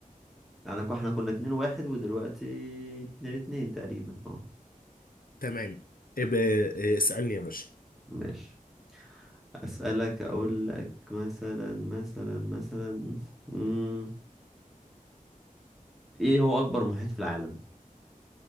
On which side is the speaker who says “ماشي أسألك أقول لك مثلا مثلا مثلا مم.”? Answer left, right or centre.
Centre